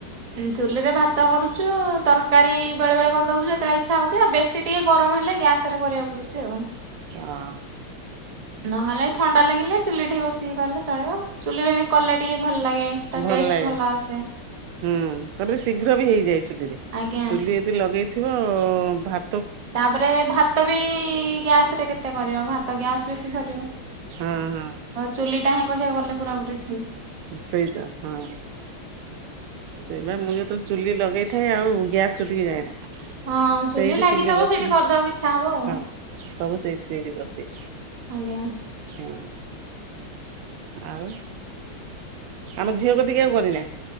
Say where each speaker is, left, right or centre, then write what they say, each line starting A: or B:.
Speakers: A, on the right; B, on the right.
A: <unintelligible> ଚୁଲିରେ ଭାତ କରୁଛୁ, ତରକାରୀ ବେଳେ ବେଳେ କର୍ ଦଉଛୁ, ଯେତେବେଳେ ଇଛା ହଉଛି ଆଉ ବେଶୀ ଟିକେ ଗରମ ହେଲେ ଗ୍ୟାସ୍ ରେ କରିବାକୁ ପଡୁଛି ଆଉ।
B: ହଁ
A: ନହେଲେ ଥଣ୍ଡା ଲାଗିଲେ ଚୁଲିରେ ଟିକେ ବସିକି କଲେ ଚଳିବ, ଚୁଲିରେ ବି କଲେ ଟିକେ ଭଲ୍ ଲାଗେ। ତା
B: ଭଲ୍
A: ଟେଷ୍ଟ
B: ଲାଗେ
A: ଭଲ ଆସେ
B: ହୁଁ ତାପରେ ଶୀଘ୍ର ବି ହେଇଯାଏ ଚୁଲିରେ
A: ଆଜ୍ଞା
B: ଚୁଲି ତି ଲଗେଇଥିବ ଭା
A: ତାପରେ ଭାତ ବି ଗ୍ୟାସ୍ ରେ କେତେ କରିବ, ଭାତ ଗ୍ୟାସ୍ ବି ବେଶି ସରିବ।
B: ହୁଁ ହୁଁ।
A: ଚୁଲିଟା ହିଁ କହିବାକୁ ଗଲେ ପୂରା ପୂରି ଠିକ୍।
B: ସେଇ ତା ହଁ। ସେଇ ବା ମୁଁ ଯେତେବେଳେ ଚୁଲି ଲଗେଇଥାଏ ଆଉ ଗ୍ୟାସ୍ କତିକି ଯାଏନା।
A: ହଁ ଚୁଲି
B: ସେଇଠି
A: ଲାଗିଥବ
B: ବସିକି
A: ସେଇଠି କରିଦବାକୁ ଇଛା ହବ।
B: ହଁ ସବୁ ସେଇଠି ସେଇଠି କରିଦିଏ।
A: ଆଜ୍ଞା।
B: ହୁଁ ଆଉ ଆମ ଝିଅ କତିକି ଆଉ କରିନା